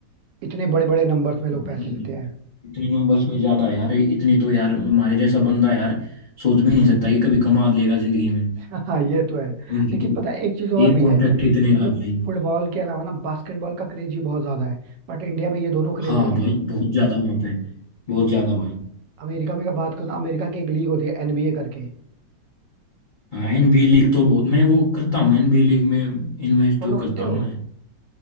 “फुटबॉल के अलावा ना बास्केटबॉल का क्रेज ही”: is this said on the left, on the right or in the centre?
Right